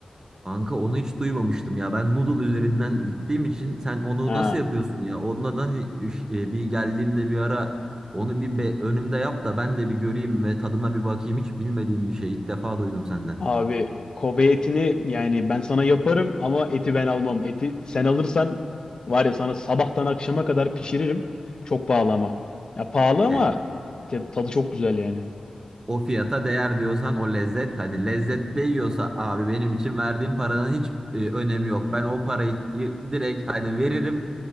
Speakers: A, on the right; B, on the left.
A: Kanka onu hiç duymamıştım ya. Ben noodle üzerinden gittiğim için sen onu
B: Ha.
A: nasıl yapıyorsun ya? Ondan hani üş- e, bir geldiğinde bir ara onu bir be- önümde yap da ben de bir göreyim ve tadına bir bakayım. Hiç bilmediğim bir şey. İlk defa duydum senden.
B: Abi Kobe etini yani ben sana yaparım ama eti ben almam. Eti sen alırsan var ya sana sabahtan akşama kadar pişiririm. Çok pahalı ama. Ya pahalı ama
A: E,
B: te- tadı çok güzel yani.
A: O fiyata değer diyorsan o lezzet hani lezzet değiyorsa abi benim için verdiğim paranın hiç e, önemi yok. Ben o parayı direkt hani veririm